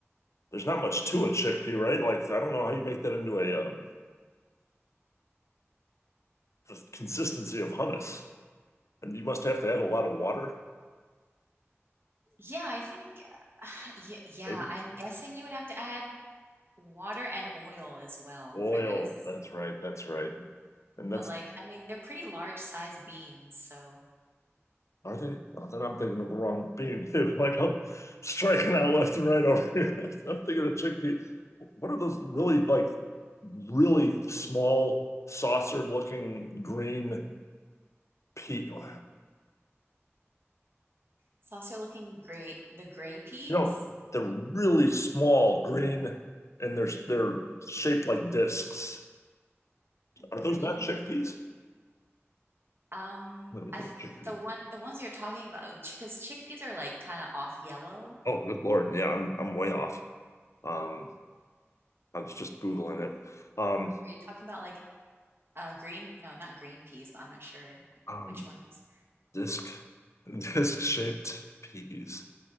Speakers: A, on the left; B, on the right.
A: there's not much to a chickpea, right? Like I don't know how you make that into a um the consistency of hummus. And you must have to add a lot of water,
B: Yeah, I think <sighs> yeah, yeah,
A: maybe
B: I'm guessing you would have to add water and oil as well
A: oil.
B: for this.
A: That's right, that's right. And
B: But
A: that's
B: like, I mean, they're pretty large size beans, so
A: are they? Oh, then I'm thinking of the wrong bean <laughs> too. Like I'm striking out left and right over here. <laughs> I'm thinking of chickpea. What are those really like really small saucer looking green? pea, you
B: It's also looking great. The gray peas
A: know, they're really small, green, and they're they're shaped like discs.
B: and
A: Are
B: green.
A: those not chickpeas?
B: Um,
A: Let me look
B: I
A: at
B: think
A: a chickpea.
B: the one the ones you're talking about, because chickpeas are like kind of off yellow.
A: Oh, good Lord. Yeah, I'm I'm way off. Um, I was just Googling it. Um,
B: Are you talking about like uh green? No, not green peas, but I'm not sure
A: um,
B: which ones.
A: disc <laughs> disc shaped peas.